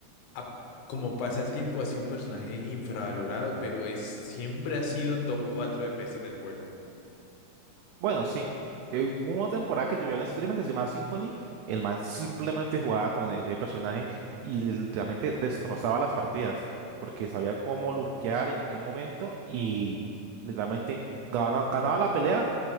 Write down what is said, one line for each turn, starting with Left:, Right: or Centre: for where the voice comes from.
Left: a- como pasa el tiempo, ha sido un personaje infravalorado, pero es, siempre ha sido top 4 de peces del juego.
Right: Bueno, sí. Eh, hubo una temporada que yo vi a un streamer que se llamaba Symphony. El man simplemente jugaba con ese personaje y literalmente destrozaba las partidas porque sabía cómo lurkear, en qué momento y literalmente ganaba, ganaba la pelea